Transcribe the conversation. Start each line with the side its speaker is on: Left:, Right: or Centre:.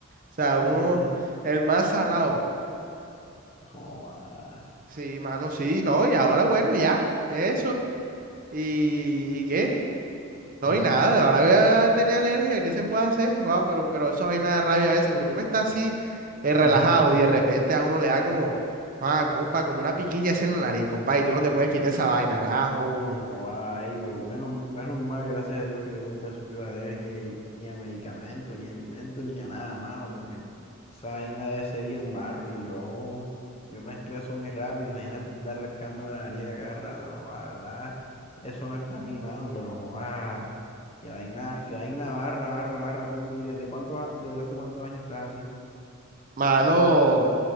Right: O sea, uno,
Left: <laughs>
Right: el más salado.
Left: Joda.
Right: Sí, mano, sí, no, y ahora bueno, ya, eso. ¿Y, y qué? No,
Left: Ujú,
Right: y nada, ahora voy a tener alergia, ¿qué se puede hacer? Guau, pero, pero eso hay nada rabia a veces, porque uno está así eh, relajado
Left: Ajá.
Right: y de repente a uno le da como, ah, compa, como una piquiña así en la nariz, compa, y tú no te puedes quitar esa vaina, carajo.
Left: No, ay, Dios, menos, menos mal, gracias a Dios que yo nunca he sufrido alergia y, ni a medicamentos, ni a alimentos, ni a nada, mano, porque esa vaina de ese bien barro y yo, yo me estreso muy rápido, imagínate estar rascando la nariz a cada rato, no, la verdad, eso no es para mí, mano, pero joda, que vaina, que vaina barra, barra, barra, tú, ¿y desde cuántos, a- desde hace cuántos años estás así?
Right: Mano,